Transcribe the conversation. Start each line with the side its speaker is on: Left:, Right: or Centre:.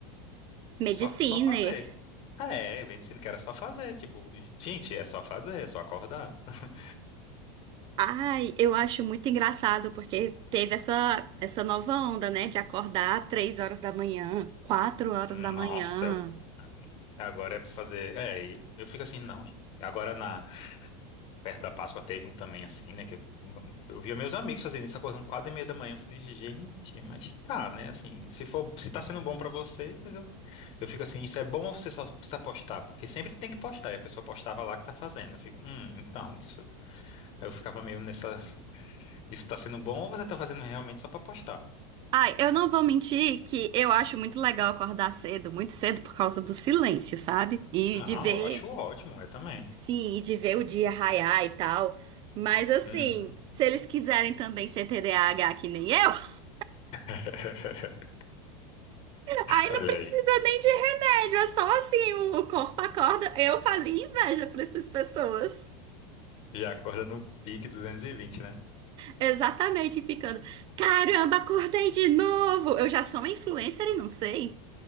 Right: Mediciner.
Left: só, só fazer. É, vendendo que era só fazer, tipo, gente, é só fazer, é só acordar. <laughs>
Right: Ai, eu acho muito engraçado porque teve essa, essa nova onda, né, de acordar três horas da manhã, quatro horas
Left: Nossa,
Right: da manhã.
Left: eu- agora é pra fazer. É, e eu fico assim, não. Agora na Perto da Páscoa teve um também assim, né? Que eu, eu via meus amigos fazendo isso, acordando quatro e meia da manhã. Eu falei, gente, mas tá, né? Assim, se for, se tá sendo bom pra você, mas eu, eu fico assim, isso é bom ou você só precisa postar? Porque sempre tem que postar, e a pessoa postava lá que tá fazendo. Eu fico, hum, então, isso. Aí eu ficava meio nessa, isso tá sendo bom ou você tá fazendo realmente só pra postar?
Right: Ai, eu não vou mentir que eu acho muito legal acordar cedo, muito cedo por causa do silêncio, sabe? E
Left: Não,
Right: de ver
Left: eu acho ótimo, eu também.
Right: Sim, e de ver o dia raiar e tal. Mas assim,
Left: Uhum.
Right: se eles quiserem também ser TDAH que nem eu, <laughs>
Left: <laughs>
Right: aí
Left: Olha
Right: não precisa
Left: aí,
Right: nem de remédio, é só assim, o, o corpo acorda. Eu fazia inveja pra essas pessoas.
Left: já acorda no pique 220, né?
Right: Exatamente, ficando, caramba, acordei de novo. Eu já sou uma influencer e não sei.